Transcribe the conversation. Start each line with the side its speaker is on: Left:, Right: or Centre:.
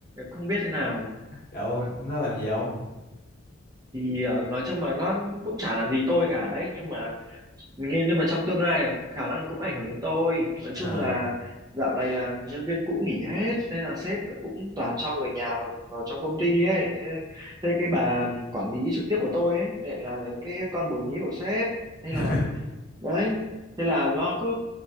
Right: Không biết thế nào.
Left: Đâu, nó làm gì không?
Right: Thì ờ, nói chung là nó cũng chả làm gì tôi cả ấy nhưng mà nhưng nhưng mà trong tương lai là khả năng cũng ảnh hưởng đến tôi nói
Left: Ờ.
Right: chung là dạo này là nhân viên cũ nghỉ hết thế là sếp là cũng toàn cho người nhà vào, vào trong công ty ấy thế, thế cái bà quản lý trực tiếp của tôi ấy lại là cái con bồ nhí của sếp Thế
Left: <laughs>
Right: là đấy thế là nó cứ